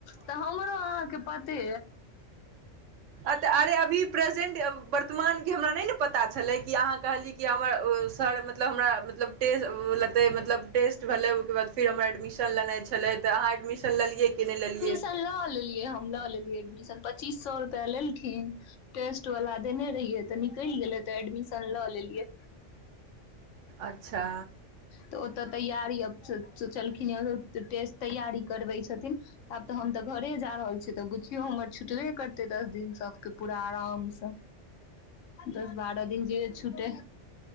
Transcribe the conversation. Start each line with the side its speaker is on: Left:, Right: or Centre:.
Left: तऽ हमरो अहाँके पति
Right: अ तऽ अरे अभी प्रस प्रजेन्ट वर्तमानके हमरा नहि ने पता छलै कि अहाँ कहलियै कि हमर सर मतलब हमरा मतलब टे लेतै मतलब टस्ट भलै ओकर ब। फिर हमर एडमिशन लेइ छले त अहाँ एडमिशनियै कि नहि लेलियए।
Left: ल लेलियै हम लऽ लेलियै एडमिशन पच्चीस सए रूपआ लेलखिन टेस्ट वाल देने रहिै तऽ निकलि गेलै तऽ एडमिशन लऽ लेलियै
Right: अच्छा
Left: तऽ ओतऽ तैयारीब सोचलखिन टेट तैयारी करबै छथिन आब तऽ हम तऽ घरे जा रहल छीिय तऽ पुछिियौ हमर छुटबे करतै दस दिन सबके पूरा आराम से दस बारह दिन जे छुटे